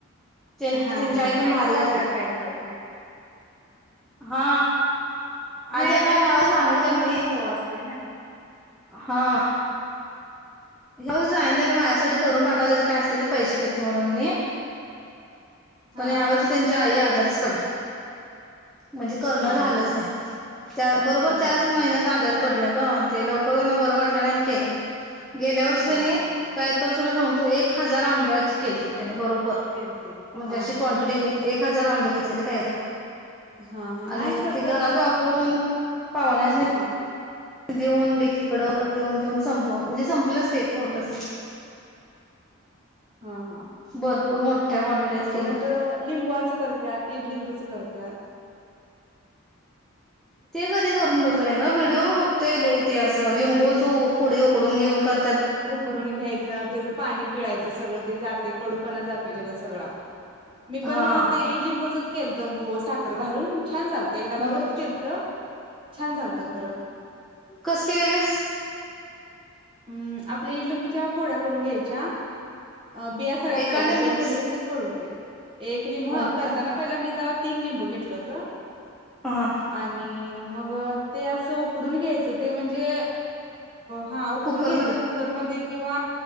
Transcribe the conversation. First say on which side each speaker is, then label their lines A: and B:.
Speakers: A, in the centre; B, on the right.
A: त्यांनी
B: हा हा
A: त्यांची
B: हा
A: आई पण
B: नाही
A: बाहेर
B: खाऊ
A: घातलेल
B: वाटल्यावर काय करायचं मग
A: हा
B: नाही
A: आणि
B: एखाद्याच्या
A: ना ह्यावेळी
B: हातला
A: सांगितलेलं
B: पण
A: मी
B: चव असते ना!
A: हा ह्यो सांगितलेल माझ्यासाठी करून पाठवा त्याच काय असतिल ते पैसे देतो म्हणून मी.
B: हा
A: पण ह्यावर्षी त्यांची आई आजारीच पडली. म्हणजे करणं
B: हा
A: झालंच
B: हा
A: नाही, त्या बरोबर
B: झालं
A: त्याच
B: नाही
A: महिन्यात आजारी पडल्या. पण ते लवकर त्यांना बरं वाटलं नाही आणि केलं नाही गेल्या वर्षी
B: हा
A: त्यांनी
B: हा
A: तर तुला सांगतो एक हजार आंब्याची केलते त्यांनी बरोबर
B: केलतीत
A: म्हणजे
B: हा
A: अशी
B: हा
A: क्वांटिटी एक हजार आंबे घेतलेल्या कैऱ्या
B: हा हा नाही
A: आणि
B: करत्यात
A: ते घरात
B: लिं
A: वापरून पाहुण्यांसणी
B: हा
A: देऊन लेकीकड देऊन देऊन संपव म्हणजे संपलंच ते पूर्णच.
B: हा हा
A: भरपूर मोठ्या क्वांटिटीत
B: अ
A: केलेलं
B: नंतर लिंबूआचं करत्यात इडलिंबूच करत्यात.
A: ते कधी करून बघले ग व्हिडिओ बघतोय लय ते असं
B: हा
A: लिंबूच
B: हा
A: फोडी उकडून घेऊन करत्यात.
B: उकडून घ्यायचं त्याचं पाणी पिळायचं. ते सगळं ते जातंय कडूपणा जातोय त्याचा सगळां. मी पण
A: हा
B: ते इडलिंबूचच केलत गुळ साखर घालून. छान झालतं एक डबा बरंच
A: बर
B: केल छान झालत खरं.
A: कस केलेलीस?
B: हम् आपल्या इडलुंबीच्या फोड्या करून घ्यायच्या बिया सगळ्या
A: एका
B: काढायच्या
A: लिंबूच
B: बिया ठेवल्या की ते कडू होतंय एक लि ह
A: होय
B: करताना
A: का
B: पहिला मी ते तीन लिंबू घेतलं होत,
A: हा
B: आणि मग ते अस उकडून घ्यायचं ते म्हणजे हा उकडून
A: कुकरमध्ये
B: घ्यायचं कुकरमध्ये किंवा